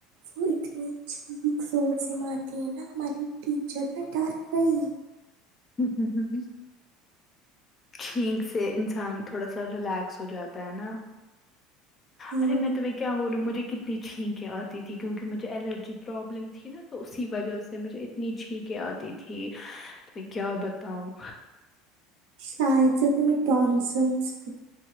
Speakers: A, on the right; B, on the left.
A: وہ اتنی چھییک زور سے مارتی ہے نا ہماری ٹیچر میں ڈر گئی
B: ہوں ہوں ہوں ہوں چھینک سے انسان تھوڑا سا ریلیکس ہو جاتا ہے نا
A: ہاں
B: ارے میں تمہیں کیا بولوں مجھے کتنی چھینکیں آتی تیں کیونکہ مجھے الرجی پرابلم تھی نا تو اسی وجہ سے مجھے نیچھییک آتی تھی تو میں کیا بتاؤں
A: شاید جو تمہیں ٹونسنس تھے